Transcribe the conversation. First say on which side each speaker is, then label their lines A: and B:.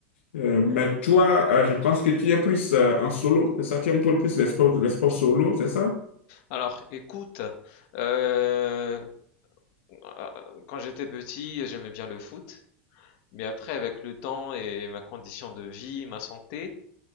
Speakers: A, on the left; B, on the left.
A: Euh, mais toi, euh, je pense que tu es plus euh, en solo, c'est ça? Tu aimes toi le plus les sports, les sports solo, c'est ça?
B: Alors, écoute, euh, ah, quand j'étais petit, j'aimais bien le foot, mais après, avec le temps et ma condition de vie, ma santé,